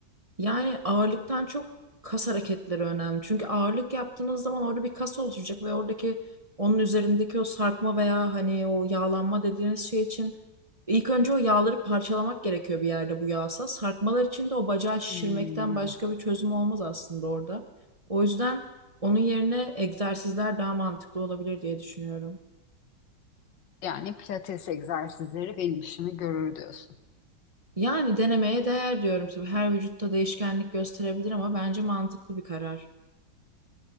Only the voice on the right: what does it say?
Yani ağırlıktan çok kas hareketleri önemli. Çünkü ağırlık yaptığınız zaman orada bir kas oluşacak ve oradaki onun üzerindeki o sarkma veya hani o yağlanma dediğiniz şey için ilk önce o yağları parçalamak gerekiyor bir yerde bu yağsa. Sarkmalar için de o bacağı şişirmekten
başka bir çözüm olmaz aslında orada. O yüzden onun yerine egzersizler daha mantıklı olabilir diye düşünüyorum.
Yani denemeye değer diyorum. Tabii her vücutta değişkenlik gösterebilir ama bence mantıklı bir karar.